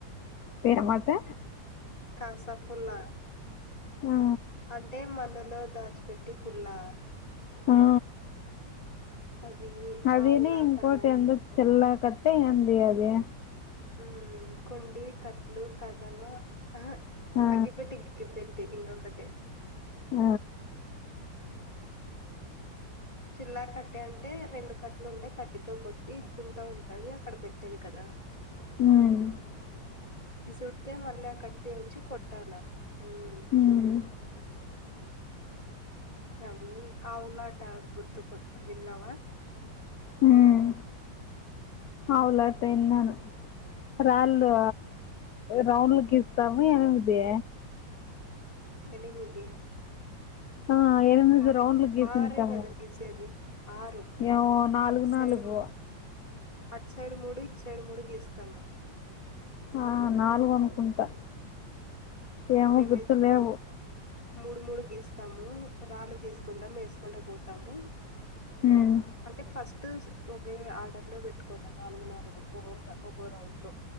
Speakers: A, on the left; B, on the left.
A: పోయినవా అటే
B: కాసాపుల్లా
A: ఆ
B: అంటే మన లో దచిపెట్టి పుల్లా
A: ఆ ఆ
B: అది
A: అదిని
B: ఆవులాట
A: ఇంకోటి
B: అని ఆడ
A: ఎందో చెల్ల కట్ట ఎంది అది
B: మ్ కుండి కట్లు కదమ అహ
A: ఆ
B: అగ్గిపెట్టికి గుగ్గిపెట్ ట్టి ఇంకోకటి
A: ఆ
B: చిల్లా కట్టె అంటే రెండు కట్లు ఉండాయి కట్టితో కొట్టి గుంత ఉంటది అక్కడ పెట్టేది కదా
A: మ్
B: ఇసుర్డ్తే మళ్ళీ ఆ కట్టే వచ్చి కొట్టాల ఉమ్
A: మ్
B: అవి అవునట గుర్తుకు విన్నావా
A: మ్ ఆవులాట విన్నను రాళ్ళు రౌండ్లకిస్తాము ఎనిమిది
B: ఎనిమిది
A: ఆ ఎనిమిది
B: ఆ
A: రౌండ్లు గీసింటాము
B: ఆరేగద గిసేది ఆరు
A: ఏమో నాలుగు
B: అట్ సైడ్
A: నాలుగు
B: ము అట్ సైడు మూడు ఇట్ సైడు మూడు గీస్తాము
A: ఆ నాలుగనుకుంటా ఏమో
B: మేమైతే
A: గుర్తు లేవు
B: మూ- మూడు మూడు గీస్తాము రాళ్ళు తీసుకుంటా వేసుకుంట పోతాము
A: ఉమ్
B: అంటే ఫస్ సస్ట్ ఒకే ఆర్డర్ లో పెట్టుకోాల నాలుగు నాలుగు ఒకోక రౌండ్ లో